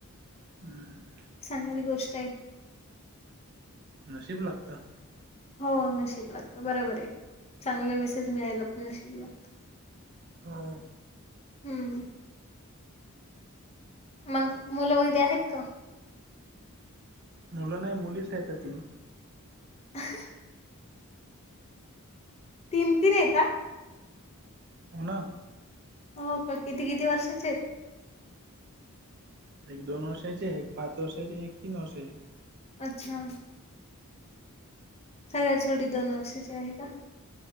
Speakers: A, on the right; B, on the left.
A: हम्म.
B: चांगली गोष्ट आहे.
A: नशीब लागतं.
B: हो नशीब लागतं बरोबर आहे. चांगले मिसेस मिळायला पण नशीब लागतं.
A: हो
B: हम्म. मग मुलं वगैरे आहेत का?
A: मुलं नाही मुलीच आहेता तीन.
B: <unintelligible> तीन तीन आहे हा.
A: पुणा.
B: हो का? किती किती वर्षाचे आहेत?
A: एक दोन वर्षाची हाय, एक पाच वर्षाची आणि एक तीन वर्षाची.
B: अच्छा. सगळ्यात छोटी दोन वर्षाची आहे का?